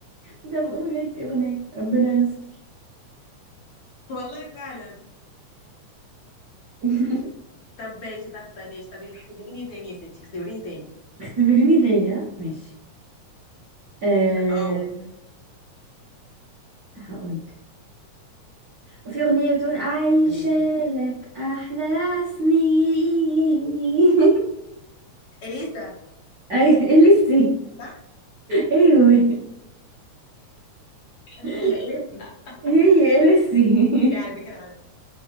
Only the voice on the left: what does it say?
والله فعلا
طب ماشي طب ماشي طب اختبريني تاني يا ستي اختبريني تاني
اه
قولي لي
اليسا
صح
هي اليسا <laughs>
يا على فكره على فكره